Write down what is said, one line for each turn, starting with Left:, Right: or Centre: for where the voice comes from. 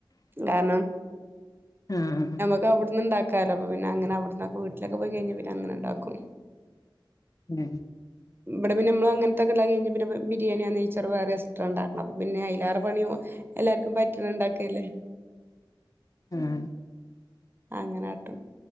Right: കാരണം
Left: ആഹ്‌
Right: പ്പ അവിട്ന്ന്ണ്ടാക്കാലോ അപ്പ പിന്നെങ്ങനെ അവിടന്ന വീട്ടിലൊക്കെ പോയി കഴിഞ്ഞാൽ പിന്നെ അങ്ങെനീണ്ടാക്കും.
Left: ഹമ്
Right: ഇവിടെ പിന്നെനമ്മ അങ്ങനത്തൊ ക്കെണ്ടാക്കി കഴിഞ്ഞ പിന്നെ ബിരിയാണിയാ നേയ്ച്ചാറാ വേറെ എക്സ്ട്രാ ഇണ്ടാക്കണം അപ്പോ പിന്നെ അയിലേറ പണിയോ എല്ലാർക്കും പറ്റണണ്ടാക്കല്ലേ.
Left: ആഹ്
Right: അങ്ങനെയാട്ടും